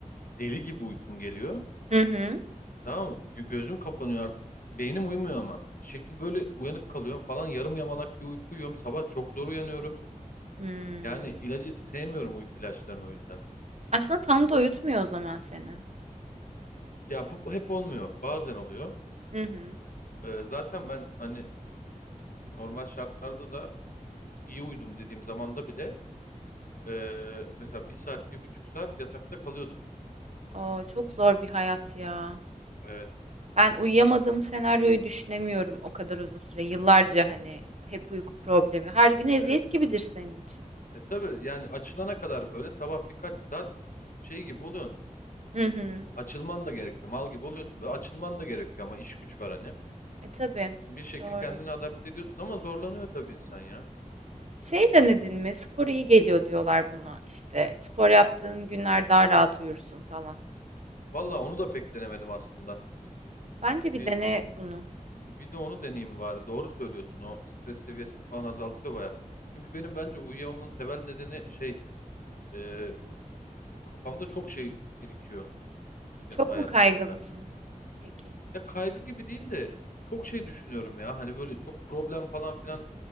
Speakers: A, on the left (about 85°); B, on the right (about 55°).
A: Deli gibi uykum geliyor.
B: Hı hı.
A: Tamam mı? Gö- gözüm kapanıyor artık. Beynim uyumuyor ama. Bir şekil böyle uyanık kalıyorum falan. Yarım yamalak bir uyku uyuyorum. Sabah çok zor uyanıyorum.
B: Hmm.
A: Yani ilacı sevmiyorum uyku ilaçlarını o yüzden.
B: Aslında tam da uyutmuyor o zaman seni.
A: Ya bu bu hep olmuyor. Bazen oluyor.
B: Hı hı.
A: Ee, zaten ben hani normal şartlarda da iyi uyudum dediğim zamanda bile ee, mesela bir saat, bir buçuk saat yatakta kalıyordum.
B: Oo, çok zor bir hayat ya.
A: Evet.
B: Ben uyuyamadığım senaryoyu düşünemiyorum o kadar uzun süre. Yıllarca hani hep uyku problemi. Her gün eziyet
A: Evet.
B: gibidir senin için.
A: E tabii yani açılana kadar böyle sabah birkaç saat şey gibi oluyorsun.
B: Hı hı.
A: Açılman da gerekiyor. Mal gibi oluyorsun. Böyle açılman da gerekiyor ama iş güç var hani.
B: E tabii.
A: bir şekil
B: Doğru.
A: kendini adapte ediyorsun ama zorlanıyor tabii insan ya.
B: Şey denedin mi? Spor iyi geliyor diyorlar buna. İşte spor yaptığın günler daha rahat uyursun falan.
A: Valla onu da pek denemedim aslında.
B: Bence
A: Bir
B: bir dene bunu.
A: bir de onu deneyeyim bari. Doğru söylüyorsun. O stres seviyesini falan azaltıyor baya. Çünkü benim bence uyuyamamın temel nedeni şey e, kafamda çok şey birikiyor
B: Çok
A: yatağa
B: mu
A: yattığımda.
B: kaygılısın? Peki.
A: Ya kaygı gibi değil de çok şey düşünüyorum ya. Hani böyle çok problem falan filan